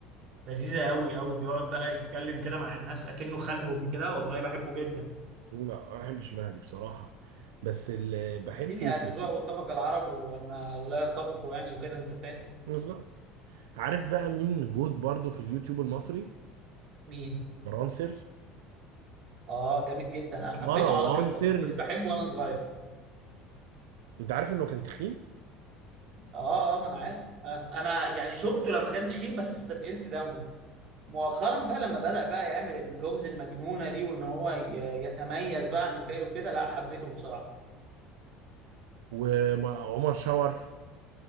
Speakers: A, on the right; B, on the right.
A: لذيذه قوي قوي بيقعد بقى يتكلم كده مع الناس اكنه خالهم كده والله بحبه جدا
B: ما بحبش مهدي بصراحه بس اللي بحبه
A: الدنيا
B: في
A: اذواق
B: ال-
A: واتفق العرب وان لا يتفقوا يعني وكده انت فاهم
B: بالظبط عارف بقى مين جود برضو في اليوتيوب المصري
A: مين
B: مروان سري
A: اه جميل جدا انا حبيته
B: مروان
A: على كده
B: سري
A: مش بحبه وانا صغير
B: انت عارف انه كان تخين
A: اه اه ما انا عارف آه، انا يعني شفته لما كان تخين بس استثقلت دمه مؤخرا بقى لما بدأ بقى يعمل الفلوجز المجنونة دي وان هو ي- يتميز بقى عن الباقي وكده لا حبيته بصراحة
B: وعمر شاور